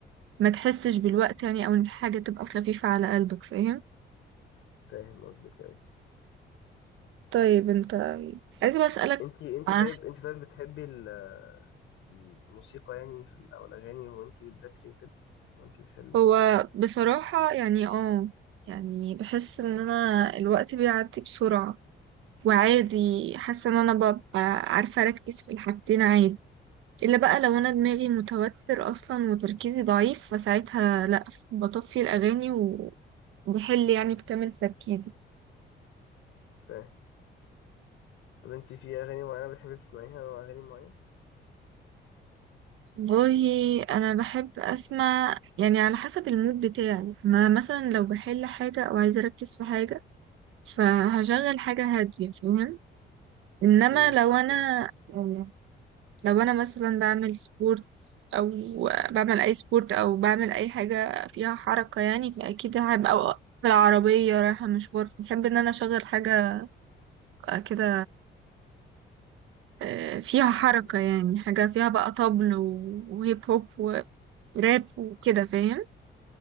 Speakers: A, on the right; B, on the left.
A: ما تحسش بالوقت يعني او ان الحاجة تبقى خفيفة على قلبك فاهم
B: فاهم قصدك إيه
A: طيب انت عايزة بقى اسألك
B: انت انت
A: آه،
B: طيب انت طيب بتحبي ال- الموسيقى يعني في ال- او الاغاني وانت بتذاكري وكده وانت بتحلي
A: هو بصراحة يعني اه يعني بحس ان انا الوقت بيعدي بسرعة وعادي حاسة ان انا ببقى عارفة اركز في الحاجتين عادي الا بقى لو انا دماغي متوتر اصلا وتركيزي ضعيف فساعتها لا بطفي الاغاني وبحل يعني بكامل تركيزي
B: فاهم طب انت في اغاني معينه بتحبي تسمعيها او اغاني معينه
A: والله انا بحب اسمع يعني على حسب المود بتاعي انا مثلا لو بحل حاجه او عايزه اركز في حاجه فهشغل حاجه هاديه فاهم انما
B: امم
A: لو انا
B: فاهم
A: يعني لو انا مثلا بعمل سبورتس او بعمل اي سبورت او بعمل اي حاجه فيها حركه يعني فاكيد هبقى أو في العربيه رايحه مشوار بحب ان انا اشغل حاجه كده آه، فيها حركه
B: امم
A: يعني حاجه فيها بقى طبل و- وهيب هوب وراب وكده فاهم